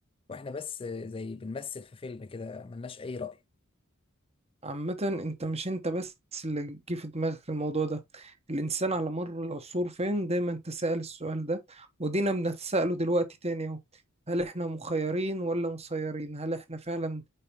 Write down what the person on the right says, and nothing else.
عامة أنت مش أنت بس اللي جه في دماغك الموضوع ده الإنسان على مر العصور فاهم دايما تسأل السؤال ده ودينا بنتسأله دلوقتي تاني أهو هل إحنا مخيرين ولا مسيرين هل إحنا فعلا